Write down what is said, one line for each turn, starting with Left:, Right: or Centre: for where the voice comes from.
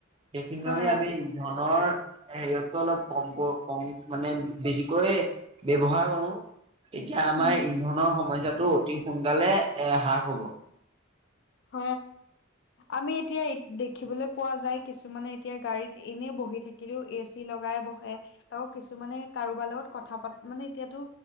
Right: সেইখিনি
Left: হয়
Right: ধৰি আমি
Left: অ।
Right: ধনৰ হেৰিতকৈ অলপ কমক কম মানে বেছিকৈ ব্য্ৱহাৰ কৰো এতিয়া আমাৰ
Left: উম
Right: ইন্ধনৰ সময়্াত অতি সোনকালে এ হ্ৰাস হ'ব
Left: হ আমি এতিয়া দেখিবলৈ পোৱা যায় কিছুমানে এতিয়া গাড়ীত এনেই বহি থাকিলেও এ চি লগাই বহে তক কিছুমানে কাৰোবাৰ লগত কথা পাত মানে এতিয়াতো